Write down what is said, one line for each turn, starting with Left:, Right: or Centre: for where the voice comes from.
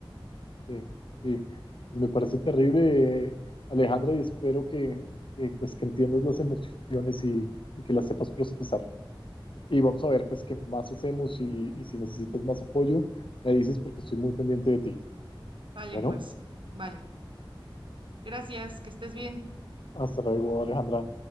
Left: Sí, sí. Pues me parece terrible, eh, Alejandra, y espero que, que, pues, que entiendas las emociones y, y que las sepas procesar. y vamos a ver pues qué más hacemos y, y si necesitas más apoyo, me dices porque estoy muy pendiente de ti.
Right: Vale,
Left: Bueno,
Right: pues, vale. Gracias, que estés bien.
Left: hasta luego, Alejandra.